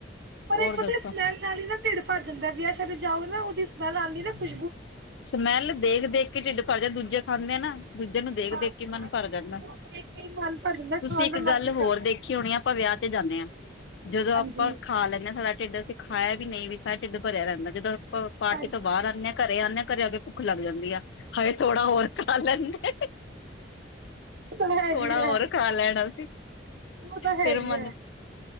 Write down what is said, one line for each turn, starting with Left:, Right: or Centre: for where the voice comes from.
Right: ਪਰ
Left: ਹੋਰ
Right: ਇੱਕ
Left: ਦੱਸੋ
Right: ਸਮੈੱਲ ਨਾਲ ਹੀ ਢਿੱਡ ਭਰ ਜਾਂਦਾ ਏ ਵਿਆਹ ਸ਼ਾਦੀਆ ਤੇ ਜਾਓ ਨਾ ਉਹਦੀ ਸਮੇਲ ਆਂਦੀ ਨਾ ਪੁੱ
Left: ਸਮੈਲ ਦੇਖ ਦੇਖ ਕੇ ਢਿੱਡ ਭਰ ਜਾਂ ਦੂਜੇ ਖਾਂਦੇ ਨਾ ਦੂਜੇ ਨੂੰ ਦੇਖ
Right: ਬਸ
Left: ਦੇਖ ਕੇ ਮਨ
Right: ਬਸ
Left: ਭਰ ਜਾਂਦਾ
Right: ਉਹ ਦੇਖ ਕੇ ਹੀ ਮਨ ਭਰ ਜਾਂਦਾ
Left: ਤੁਸੀਂ
Right: ਖਾਣ
Left: ਇੱਕ
Right: ਦਾ ਮਨ
Left: ਗੱਲ
Right: ਨਹੀਂ
Left: ਹੋਰ
Right: ਕਰਦਾ
Left: ਦੇਖੀ ਹੋਣੀ ਆ ਆਪਾਂ ਵਿਆਹ ਚ ਜਾਂਦੇ ਹਾਂ ਜਦੋਂ
Right: ਹਾਂਜੀ
Left: ਆਪਾਂ ਖਾ ਲੈਂਦੇ ਹਾਂ ਸਾਡਾ ਢਿੱਡ ਅਸੀਂ ਖਾਇਆ ਵੀ ਨਹੀਂ ਵੀ ਖਾਇਆ ਢਿੱਡ ਭਰਿਆ ਰਹਿੰਦਾ। ਜਦ ਪਾਰਟੀ
Right: ਹਾਂਜੀ
Left: ਤੋਂ ਬਾਹਰ ਆਉਂਦੇ ਹਾਂ ਘਰੇ ਆਉਂਦੇ ਹਾਂ ਘਰੇ ਆ ਕੇ ਭੁੱਖ ਲੱਗ ਜਾਂਦੀ ਆ ਹਾਏ ਥੋੜਾ ਹੋਰ ਖਾ ਲੈਂਦੇ
Right: ਉਹ ਤਾਂ ਹੈ
Left: ਥੋੜਾ
Right: ਹੀ ਹੈ
Left: ਹੋਰ ਖਾ ਲੈਣਾ ਅਸੀ।
Right: ਉਹ ਤਾਂ ਹੈ
Left: ਫਿਰ
Right: ਹੀ
Left: ਮਨ